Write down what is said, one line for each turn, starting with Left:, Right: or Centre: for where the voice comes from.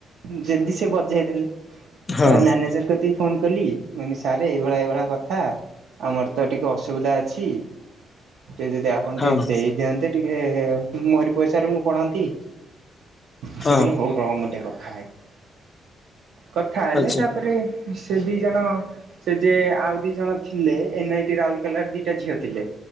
Right: ଯଦି ସେ ବଜେଇ ଦେଲେ ତାପରେ
Left: ହଁ
Right: ମ୍ୟାନେଜର କତି ଫୋନ କଲି ମୁକନି ସାର୍ ଏଇଭଳିଆ ଏଇଭଳିଆ କଥା ଆମର ତ ଟିକେ ଅସୁବିଧା ଅଛି। ଟିକେ ଯଦି ଆପଣ
Left: ହଁ
Right: ଟିକେ ଦେଇଦିଅନ୍ତେ ଟିକେ ମୋରି ପଇସା ମୁଁ ପଢନ୍ତି। ସେ
Left: ହଁ
Right: କହିଲେ ହଉ ର ମୁ ଟିକେ କଥା ହେବି। କଥା ହେଲେ
Left: ଆଚ୍ଛା
Right: ତାପରେ ସେ ଦି ଜଣ ସେ ଯେ ଆଉ ଦି ଜଣ ଥିଲେ ଏନ୍ ଆଇ ଟି ରାଉରକେଲାର ଦିଟା ଝିଅ ଥିଲେ